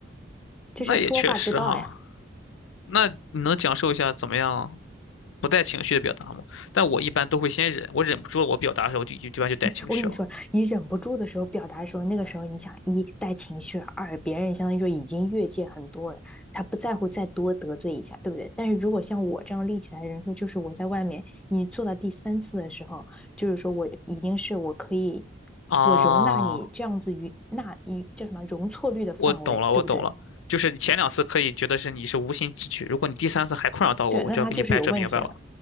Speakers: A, in the centre; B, on the left.
A: 这是说话之道呀！
B: 那也确实哈。那你能讲授一下怎么样不带情绪的表达吗？但我一般都会先忍，我忍不住了，我表达的时候就就一般就带情绪了。
A: <laughs> 我跟你说，你忍不住的时候表达的时候，那个时候你想一带情绪，二别人相当于说已经越界很多了，他不在乎再多得罪一下，对不对？但是如果像我这样立起来的人设，就是我在外面，你做到第三次的时候，就是说我已经是我可以，
B: 啊，
A: 我容纳你这样子于那一叫什么容错率的范围，
B: 我懂了，
A: 对不对？
B: 我懂了，就是你前两次可以觉得是你是无心之举，如果你第三次还困扰到我，
A: 对，
B: 我就要给你掰扯明白了。
A: 那他就是有问题的。